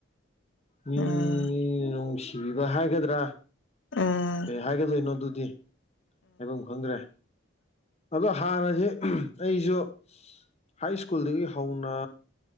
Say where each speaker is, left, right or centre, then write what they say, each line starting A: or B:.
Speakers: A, on the left; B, on the left.
A: ꯃꯤ
B: ꯎꯝ ꯎꯝ
A: ꯅꯨꯡꯁꯤꯕꯤꯕ ꯍꯥꯏꯒꯗ꯭ꯔꯥ
B: ꯎꯝ
A: ꯀꯩ ꯍꯥꯏꯒꯗꯣꯏꯅꯣ ꯑꯗꯨꯗꯤ ꯍꯥꯏꯐꯝ ꯈꯪꯗ꯭ꯔꯦ ꯑꯕ ꯍꯥꯟꯅꯁ ꯑꯩꯁꯨ ꯍꯥꯏ ꯁ꯭ꯀꯨꯜꯗꯒꯤ ꯍꯧꯅ